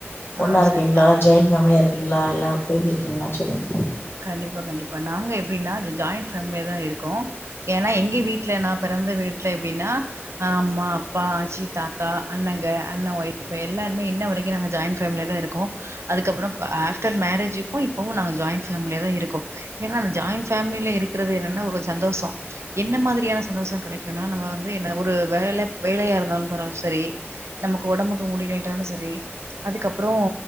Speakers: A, on the right; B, on the left.
A: ஆ
B: ஒன்னா இருக்கீங்களா
A: சரி அ
B: ஜாயின் ஃபேமிலியா இருக்கீங்களா இல்ல பிரிஞ்சிருக்கீங்களான் சொல்லுங்க
A: கண்டிப்பா கண்டிப்பா நாங்க எப்டின்னா ஜ ஜாயிண்ட் ஃபேமிலியா தா இருக்கோ ஏன்னா எங்கி வீட்ல நா பெறந்த வீட்ல எப்டின்னா அ அம்மா அப்பா ஆச்சி தாத்தா அண்ணங்க அண்ண ஒய்ஃப்ஃபு எல்லாருமே இன்ன வரைக்கு நாங்க ஜாயின் ஃபேமிலியா தா இருக்கோ அதுக்கப்புறோ ஆஃப்டர் மேரேஜக்கு இப்பவு நாங்க ஜாயின் ஃபேமிலியா தா இருக்கோ ஏன்னா அந்த ஜாயின்ட் பேமிலில இருக்கிறது என்னன்னா ஒரு சந்தோசோ என்ன மாத்ரியான சந்தோச கெடைக்குனா நம்ம வந்து என்ன ஒரு வேல வேலையா இருந்தாலு பரவா செரி நமக்கு ஒடம்புக்கு முடியலனாலு சரி அதுக்கப்புறோ